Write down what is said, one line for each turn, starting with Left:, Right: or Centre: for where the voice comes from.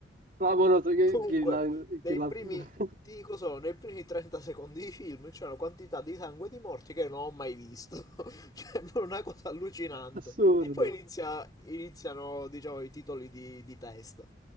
Right: clamoroso, che,
Left: <laughs> Comunque,
Right: che la...
Left: nei
Right: che la-
Left: primi,
Right: <laughs>
Left: ti dico solo, nei primi 30 secondi di film c'è una quantità di sangue e di morti che non ho mai visto. <laughs> Cioè, è una cosa allucinante.
Right: Assurdo,
Left: E poi inizia- iniziano, diciamo, i titoli di, di testa.